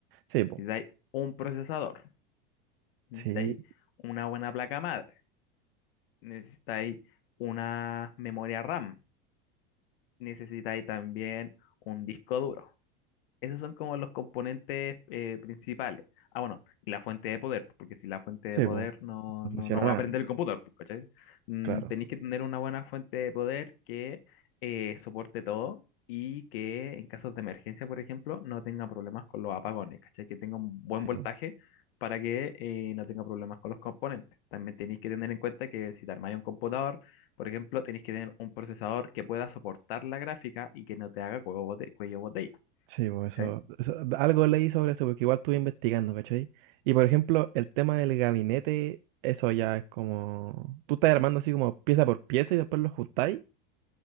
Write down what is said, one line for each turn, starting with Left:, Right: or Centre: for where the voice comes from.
Right: Sí, po.
Left: necesitáis un procesador, necesitáis
Right: Sí,
Left: una buena placa madre necesitáis una memoria RAM, necesitáis también un disco duro. Esos son como los componentes eh, principales. Ah, bueno, y la fuente de poder, pues, porque si la fuente de
Right: sí,
Left: poder
Right: po.
Left: no,
Right: No funciona
Left: no, no va
Right: nada,
Left: a aprender el computador, pues, ¿cachai? Mm,
Right: claro.
Left: tenéis que tener una buena fuente de poder que eh, soporte todo y que en casos de emergencia, por ejemplo, no tenga problemas con los apagones, ¿cachai? Que tenga un buen
Right: Sí,
Left: voltaje
Right: po.
Left: para que eh, no tenga problemas con los componentes. También tenéis que tener en cuenta que si te armáis un computador, por ejemplo, tenéis que tener un procesador que pueda soportar la gráfica y que no te haga cuello bote- cuello botella.
Right: Sí, po,
Left: ¿cachai?
Right: eso, eso- Algo leí sobre eso, porque igual estuve investigando, ¿cachai? Y por ejemplo, el tema del gabinete, eso ya es como. Tú estás armando así como pieza por pieza y después lo juntáis.